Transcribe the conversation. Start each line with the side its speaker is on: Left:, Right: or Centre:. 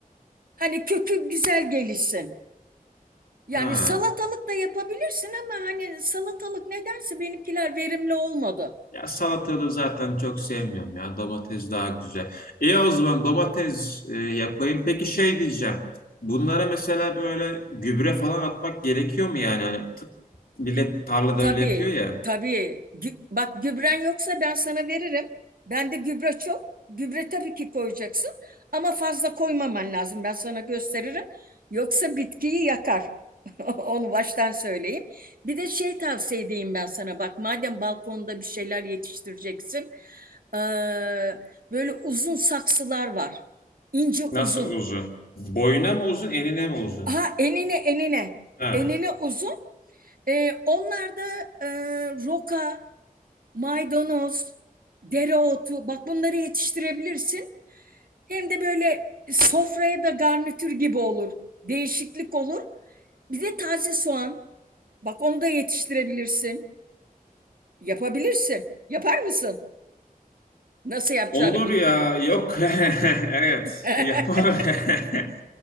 Right: Hani kökü güzel gelişsin. Yani
Left: ha.
Right: salatalık da yapabilirsin ama hani salatalık nedense benimkiler verimli olmadı.
Left: Ya salatalığı zaten çok sevmiyorum ya. Domates daha güzel. İyi o zaman domates e, yapayım. Peki şey diyeceğim. Bunlara mesela böyle gübre falan atmak gerekiyor mu yani? Hani t- millet tarlada
Right: Tabii,
Left: öyle yapıyor ya.
Right: tabii. Gü- bak gübren yoksa ben sana veririm. Bende gübre çok. Gübre tabii ki koyacaksın ama fazla koymaman lazım. Ben sana gösteririm. Yoksa bitkiyi yakar. <laughs> Onu baştan söyleyeyim. Bir de şey tavsiye edeyim ben sana. Bak madem balkonda bir şeyler yetiştireceksin. eee, böyle uzun saksılar var. İnce uzun.
Left: Nasıl uzun? Boyuna mı uzun, enine mi uzun?
Right: Aha enine enine.
Left: Ha.
Right: Enine uzun. Ee, onlar da e, roka, maydanoz, dereotu bak bunları yetiştirebilirsin. Hem de böyle sofraya da garnitür gibi olur. Değişiklik olur. Bir de taze soğan. Bak onu da yetiştirebilirsin. Yapabilirsin. Yapar mısın? Nasıl yapacağını
Left: Olur
Right: bilmiyorum.
Left: ya, yok. <laughs> Evet,
Right: <laughs>
Left: yapar. <laughs>